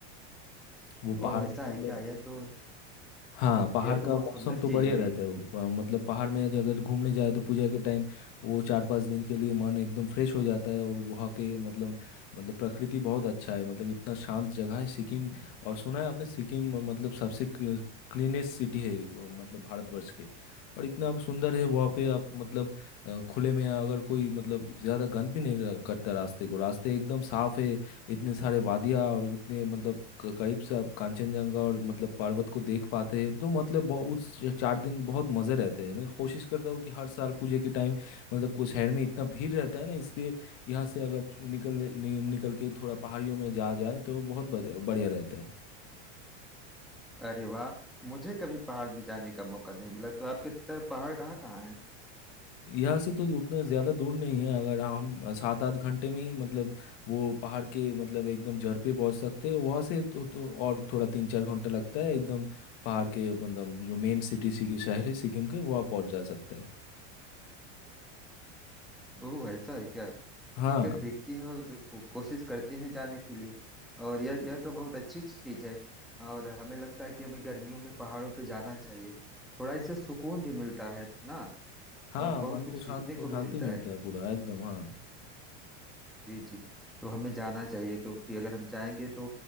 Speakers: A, on the left; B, in the centre.
A: वो पहाड़
B: ओह ऐसा
A: में मतलब
B: है क्या यह तो
A: हाँ पहाड़
B: यह तो
A: का
B: बहुत
A: मौसम
B: सुंदर
A: तो बढ़िया
B: चीज है भैया
A: रहता है वो, अ, मतलब पहाड़ में जो अगर घूमने जाए तो पूजा के टाइम वो चार पांच दिन के लिए मन एकदम फ्रेश हो जाता है और वहाँ के मतलब मतलब प्रकृति बहुत अच्छा है मतलब इतना शांत जगह है सिक्किम और सुना है आपने सिक्किम मतलब सबसे क्लीनेस्ट सिटी है अ, मतलब भारतवर्ष के और इतना सुंदर है वहाँ पे आप मतलब अ, खुले में अगर कोई मतलब ज़्यादा गंद भी नहीं र- करता रास्ते को रास्ते एकदम साफ है इतने सारे वादियाँ और इतने मतलब क- करीब से आप कांचनजंगा और मतलब पर्वत को देख पाते हैं तो मतलब बहु- उस च- चार दिन बहुत मज़े रहते हैं मैं कोशिश करता हूँ कि हर साल पूजे के टाइम मतलब कुछ शहर में इतना भीड़ रहता है ना इसलिए यहाँ से अगर निकल नि, निकल के थोड़ा पहाड़ियों में जा जाए तो बहुत ब- बढ़िया रहता है
B: अरे वाह मुझे कभी पहाड़ में जाने का मौका नहीं मिला तो आपकी तरफ पहाड़ कहाँ कहाँ है
A: यहाँ से तो उतना ज़्यादा दूर नहीं है अगर हम सात आठ घंटे में ही मतलब वो पहाड़ के मतलब एकदम जड़ पे पहुँच सकते हैं वहाँ से तो, तो और थोड़ा तीन चार घंटा लगता है एकदम पहाड़ के मतलब जो मेन सिटी सिकी शहर है सिक्किम के वहाँ पहुँच जा सकता है
B: ओह ऐसा है क्या
A: हाँ
B: ठीक है देखते हैं और को, कोशिश करते हैं जाने के लिए और यह यह तो बहुत अच्छी चीज है और हमें लगता है कि हमें गर्मियों में पहाड़ों पे जाना चाहिए थोड़ा इससे सुकून भी मिलता है ना
A: हाँ
B: और बहुत
A: मन
B: कुछ
A: को शांत
B: सीखने को भी
A: शांति
B: मिलता
A: मिलता
B: है
A: है पूरा एकदम हाँ
B: जी जी तो हमें जाना चाहिए क्योंकि अगर हम जाएंगे तो